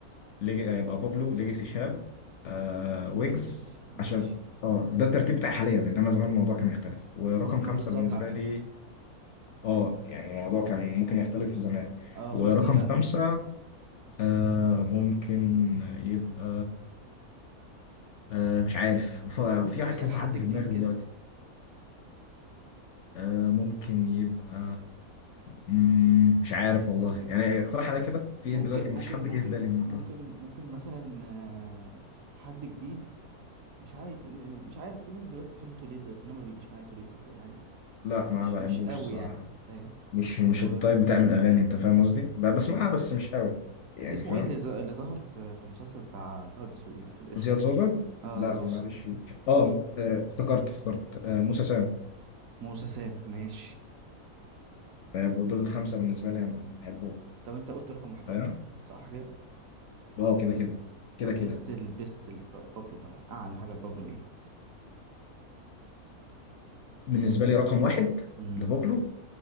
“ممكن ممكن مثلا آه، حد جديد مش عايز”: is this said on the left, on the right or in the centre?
Right